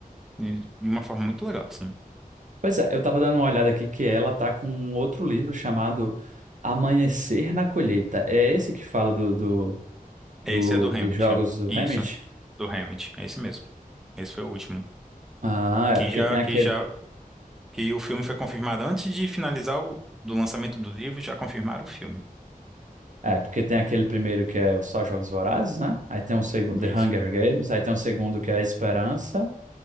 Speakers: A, in the centre; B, on the right.
A: E De uma forma muito legal, assim.
B: Pois é, eu tava dando uma olhada aqui que ela tá com um outro livro chamado Amanhecer na Colheita. É esse que fala do, do, do-
A: Esse é do Hamilton.
B: dos jogos do
A: Isso,
B: Hamid?
A: do Hamilton. É esse mesmo. Esse foi o último.
B: Ah,
A: Que
B: é porque
A: já,
B: tem aquele,
A: que já, que o filme foi confirmado antes de finalizar o do lançamento do livro, já confirmaram o filme.
B: é porque tem aquele primeiro que é só Jogos Vorazes, né? Aí tem um segundo, The
A: Isso.
B: Hunger Games, aí tem um segundo que é A Esperança,